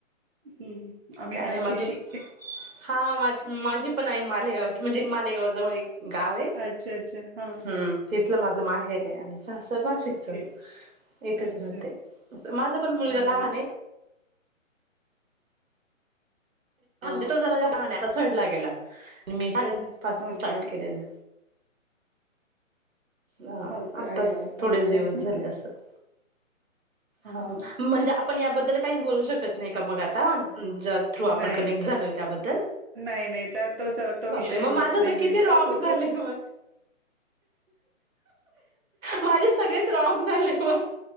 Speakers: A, on the right; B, on the right.
A: हम्म आम्ही
B: काय
A: खानदेशी
B: नाही माझ हा माझी पण आ मालेगाव म्हणजे मालेगावजवळ एक गावे
A: अच्छा अच्छा हा
B: हम्म तिथ लं माझं माहेर आहे आणि स नाशिकच
A: ओके
B: येथेच
A: अच्छा
B: राहते माझा पण मुलगा
A: चांगलं
B: लहान आहे
A: अ
B: ज तो जरा जहाान थर्ड ला गेलाी पासून
A: हो
B: स्टार्ट
A: का
B: केलेलं ह
A: हो का
B: आत्ताच
A: अरे वा चांगलंय
B: थोडेच दिवस
A: हा
B: झाले असं हो
A: हा
B: म्हणजे आपण याबद्दल काहीच बोलू शकत नाही का मग आता ज्या थ्रू आपण
A: नाही
B: कनेक्ट झालोय त्याबद्दल
A: नाही नाही त्या तो तो
B: बापरे
A: विषय
B: मग
A: ब
B: माझं
A: नाही
B: तर
A: घ्यायचा
B: किती रॉंग
A: तु
B: झाले मग. माझे सगळेच रॉंग झाले मग.